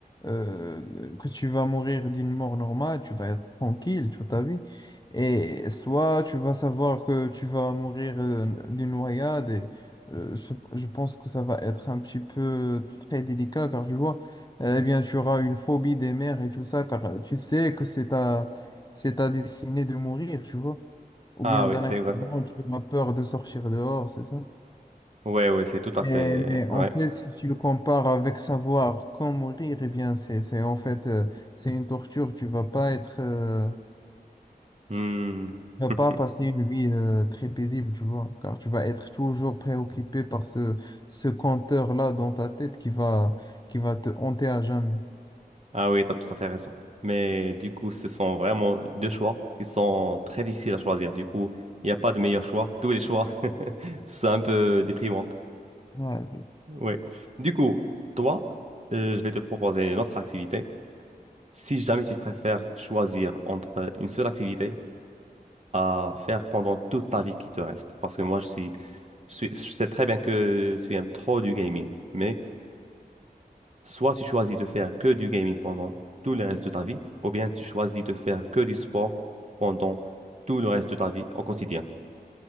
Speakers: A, on the left; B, on the right.
A: euh, que tu vas mourir d'une mort normale, tu vas être tranquille toute ta vie, et soit tu vas savoir que tu vas mourir euh, d'une noyade. Et, euh, je, je pense que ça va être un petit peu très délicat, car tu vois, eh bien, tu auras une phobie des mers et tout ça, car euh, tu sais que c'est ta c'est ta destinée de mourir, tu vois. Ou
B: Ah
A: bien
B: oui,
A: d'un
B: c'est
A: accident,
B: exact.
A: tu as peur de sortir dehors, c'est ça?
B: Ouais, ouais, c'est tout à
A: Mais,
B: fait
A: mais
B: vrai.
A: en fait, si tu le compares avec savoir quand mourir, eh bien, c'est, c'est en fait, euh, c'est une torture. Tu vas pas être, euh,
B: Hmm.
A: tu vas
B: <laughs>
A: pas passer une vie, euh, très paisible, tu vois, car tu vas être toujours préoccupé par ce, ce compteur-là dans ta tête qui va, qui va te hanter à jamais.
B: Ah oui, t'as tout à fait raison. Mais du coup, ce sont vraiment deux choix qui sont très difficiles à choisir. Du coup, il n'y a pas de meilleur choix. Tous les choix <laughs> sont un peu déprimants.
A: Ouais, c'est ça.
B: Oui. Du coup, toi, euh, je vais te proposer une autre activité. Si jamais tu préfères choisir entre une seule activité à faire pendant toute ta vie qui te reste. Parce que moi, je suis, je suis, je sais très bien que tu aimes trop du gaming. Mais Soit tu choisis de faire que du gaming pendant tout le reste de ta vie, ou bien tu choisis de faire que du sport pendant tout le reste de ta vie au quotidien.